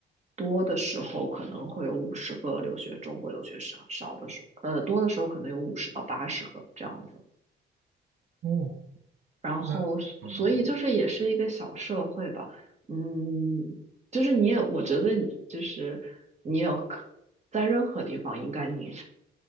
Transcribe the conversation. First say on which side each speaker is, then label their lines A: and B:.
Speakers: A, on the right; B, on the right.
A: 多的时候可能会有五十个留学中国留学生，少的时候呃多的时候可能有五十到八十个这样子。
B: 哦，
A: 然后所所以就是也是一个小社会吧，
B: 那懂了懂了，
A: 嗯，就是你也我觉得就是你有可在任何地方应该你